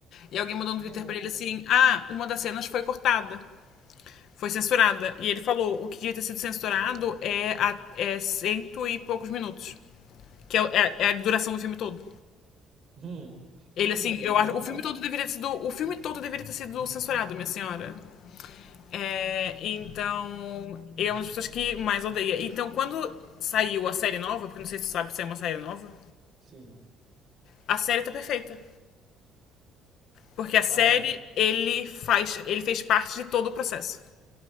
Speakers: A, on the left; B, on the right.
A: E alguém mandou
B: nossa.
A: no Twitter pra ele assim: Ah, uma das cenas foi cortada. Foi censurada. E ele falou: o que devia ter sido censurado é, a, é cento e poucos minutos. Que é, é- é a duração do filme todo.
B: Hum.
A: Ele,
B: Não,
A: assim, eu
B: e tem
A: acho.
B: razão.
A: O filme todo deveria ter sido. O filme todo deveria ter sido censurado, minha senhora. É, então. Ele é uma das pessoas que mais odeia. Então, quando saiu a série nova, porque não sei se tu sabe que saiu uma série nova,
B: Sim.
A: a série tá perfeita. Porque a
B: Cara.
A: série, ele faz. Ele fez parte de todo o processo.